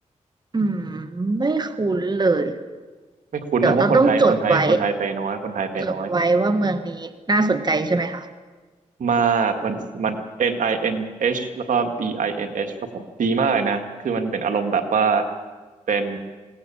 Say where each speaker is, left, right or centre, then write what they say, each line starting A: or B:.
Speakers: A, on the right (about 30°); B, on the right (about 80°).
A: อืมไม่คุ้นเลย
B: ไม่คุ้นนะเพราะคนไทยคนไทยคนไทยไปน้อยคนไทยไปน้อย
A: เดี๋ยวต้องต้องจดไว้จดไว้ว่าเมืองนี้น่าสนใจใช่ไหมคะ
B: มากมันมัน N I N H แล้วก็ B I N H ครับผมดีมากเลยนะคือมันเป็นอารมณ์แบบว่าเป็น